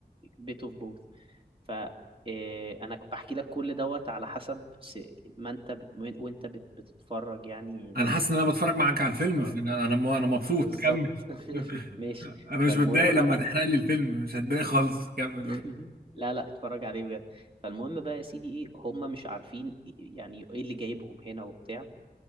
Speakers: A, on the right; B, on the right.
A: بيت اوف بوث ف آه، انا كنت بحكي لك كل دوت على حسب س- ما انت ب- وانت بت- بتتفرج يعني
B: انا حاسس ان انا بتفرج معاك على الفيلم
A: اه
B: فانا انا م- انا مبسوط
A: بالظبط
B: كمل
A: <laughs> ماشي
B: انا مش
A: فالمهم
B: متضايق لما
A: بقى
B: تحرق لي الفيلم مش هتضايق خالص كمل
A: <laughs>
B: قول.
A: لا لا اتفرج عليه بجد فالمهم بقى يا سيدي ايه هم مش عارفين إيه، يعني ايه اللي جايبهم هنا وبتاع